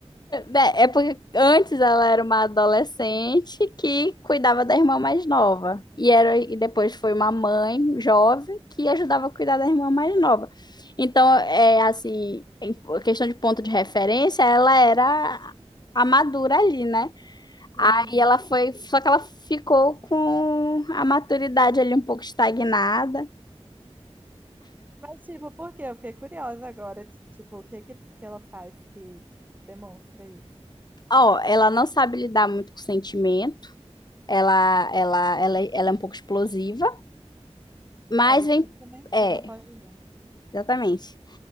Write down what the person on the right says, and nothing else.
Uhum.
Mas tipo, por quê? Eu fiquei curiosa agora, t- tipo, o que que, que ela faz que demonstra isso?
É, isso
eu também sou,
não pode julgar.